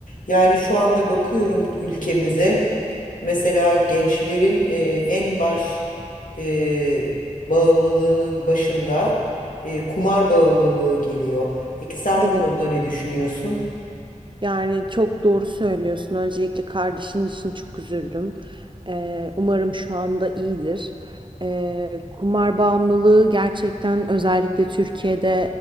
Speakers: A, on the left; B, on the right.
A: Yani şu anda bakıyorum ülkemize. Mesela gençlerin e, en baş e, bağımlılığının başında e, kumar bağımlılığı geliyor. Peki sen
B: Evet.
A: bu konuda ne düşünüyorsun?
B: Yani çok doğru söylüyorsun. Öncelikle kardeşin için çok üzüldüm. Ee, umarım şu anda iyidir. Ee, kumar bağımlılığı gerçekten özellikle Türkiye'de